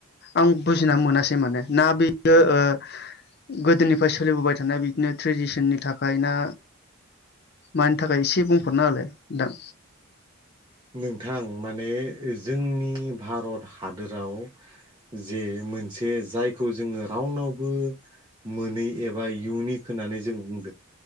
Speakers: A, on the left; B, on the right.
A: आं बुजिना मोनासै माने ना बियो ओ गोदोनिफ्राय सोलिबोबाय थानाय बिदिनो ट्रेडिसननि थाखाय ना मानि थाखाय एसे बुंफोरना होलाय नोंथां
B: नोंथां माने जोंनि भारत हादोराव जे मोनसे जायखौ जोङो रावनावबो मोनै एबा इउनिक होननानै जों बुं